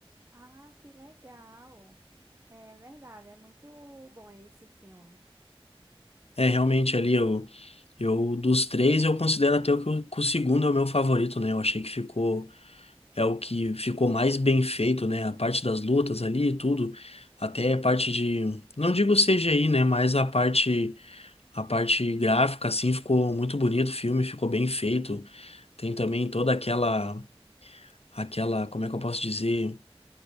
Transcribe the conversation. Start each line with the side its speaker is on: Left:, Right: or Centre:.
Right: Ah, que legal! É verdade, é muito bom esse filme.
Left: É realmente ali o Eu, dos três, eu considero até o que, o que o segundo é o meu favorito, né? Eu achei que ficou, é o que ficou mais bem feito, né? A parte das lutas ali e tudo, até a parte de, não digo CGI, né? Mas a parte, a parte gráfica, assim, ficou muito bonito o filme, ficou bem feito. Tem também toda aquela, aquela, como é que eu posso dizer?